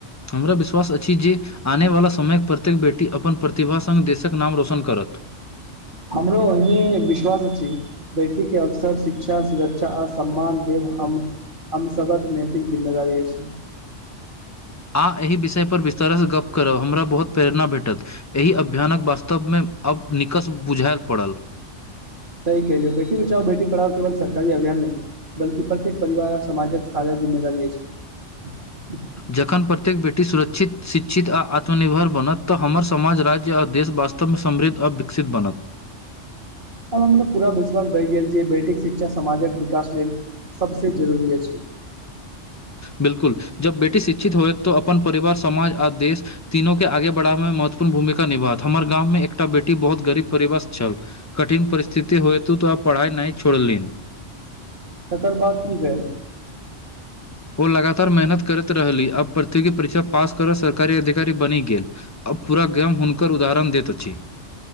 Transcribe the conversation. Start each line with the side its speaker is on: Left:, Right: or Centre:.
Left: हमरा विश्वास अछि जे आनेवला समयक प्रत्येक बेटी अपन प्रतिभा संग देशक नाम रोशन करत
Right: हमरो ओहिने विश्वास अछि बेटी के अवसर शिक्षा सुरक्षा आर सम्मान देव हम हम सभक नैतिक जिम्मेदारी अछि
Left: आह एहि विषय पर विस्तार सँ गप्प करब हमरा बहुत प्रेरणा भेटत एहि अभियानक वास्तवमे आब निकस बुझाइल पड़ल
Right: सही केलियौ बेटी बचाव बेटी पढ़ाउ केवल सरकारी अभियान नहि बलकि प्रत्येक परिवार समाजक सादा जिम्मेदारी अछि <unintelligible>
Left: जखन प्रत्येक बेटी सुरक्षित शिक्षित आ आत्मनिर्भर बनत तऽ हमर समाज राज्य आ देश वास्तव मे समृद्ध आ विकसित बनत
Right: आब हमरा पूरा विश्वास भइ गेल जे बेटीक शिक्षा समाजक विकास लेल सभसँ जरूरी अछि <inaudible>
Left: बिलकुल जब बेटी शिक्षित होएत तोऽ अपन परिवार समाज आ देश तीनो के आगे बढ़ाबे मे महत्वपूर्ण भूमिका निभाओत हमर गाममे एकटा बेटी बहुत गरीब परिवार सँ छल कठिन परिस्थिति होय तू तो उ पढ़ाइ नहि छोड़ली
Right: तकर बाद की भेल
Left: ओ लगातार मेहनत करैत रहली आब प्रतियोगी परीक्षा पास करऽ सरकारी अधिकारी बनि गेल अब पूरा गाम हुनकर उदाहरण देैत अछि